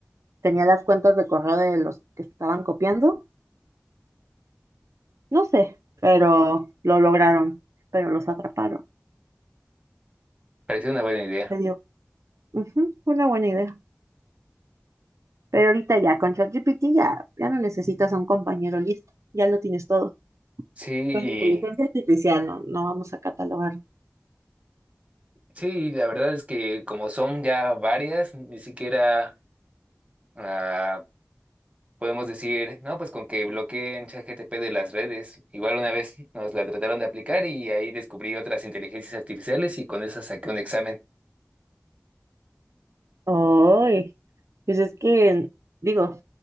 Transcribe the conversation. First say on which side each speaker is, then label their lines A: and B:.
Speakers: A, on the right (about 75°); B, on the right (about 25°).
A: Tenía las cuentas de correo de los que estaban copiando, no sé, pero lo lograron, pero los atraparon.
B: parecía una buena idea.
A: Se dio Ujú, una buena idea. Pero ahorita ya con ChatGPT ya, ya no necesitas a un compañero listo, ya lo tienes todo.
B: Sí, y
A: Con la inteligencia artificial no, no vamos a catalogar.
B: sí, la verdad es que como son ya varias, ni siquiera ah, podemos decir, no, pues con que bloqueen ChatGPT de las redes. Igual una vez nos la trataron de aplicar y ahí descubrí otras inteligencias artificiales y con esas saqué un examen.
A: Ay, pues es que, digo,